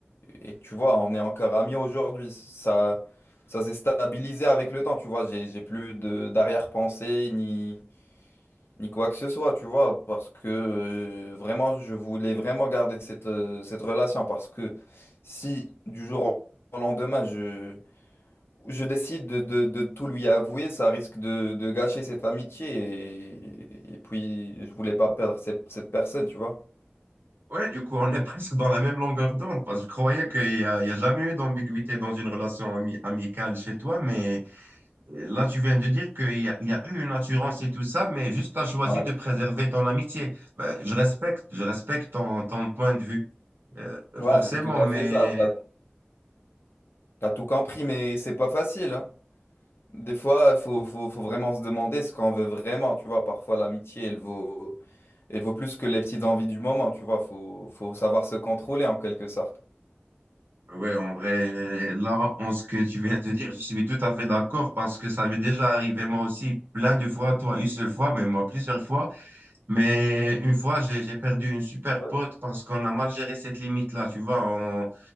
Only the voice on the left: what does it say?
Et, et tu vois, on est encore amis aujourd'hui, ça, ça s'est stabilisé avec le temps, tu vois, j'ai, j'ai plus de d'arrière-pensée, ni ni quoi que ce soit, tu vois, parce que euh, vraiment, je voulais vraiment garder cette, euh, cette relation, parce que si du jour au lendemain, je, je décide de, de- de tout lui avouer, ça risque de, de gâcher cette amitié, et, et puis je voulais pas perdre cette, cette personne, tu vois.
Ouais,
c'est
Ouais,
c'est tout à
fait ça, t'as, t'as tout compris, mais c'est pas facile, hein. Des fois, il faut, faut faut vraiment se demander ce qu'on veut vraiment, tu vois, parfois l'amitié, elle vaut... Et Il vaut plus que les petites envies du moment, tu vois. Faut, faut savoir se contrôler en quelque sorte.
Ouais.